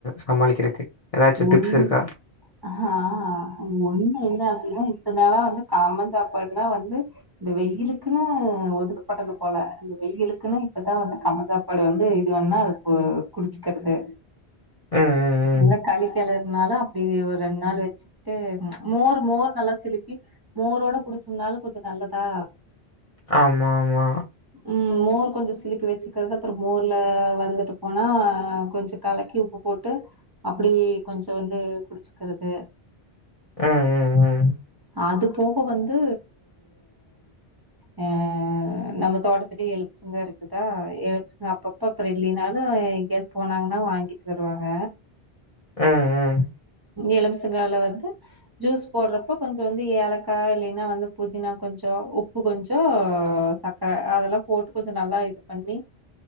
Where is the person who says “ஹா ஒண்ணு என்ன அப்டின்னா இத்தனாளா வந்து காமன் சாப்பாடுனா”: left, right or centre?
Right